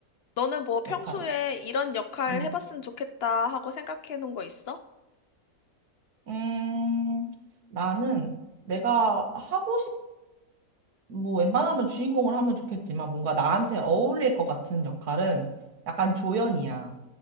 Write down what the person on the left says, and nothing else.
너는 뭐 평소에
이런 역할
해봤으면 좋겠다 하고 생각해 놓은 거 있어?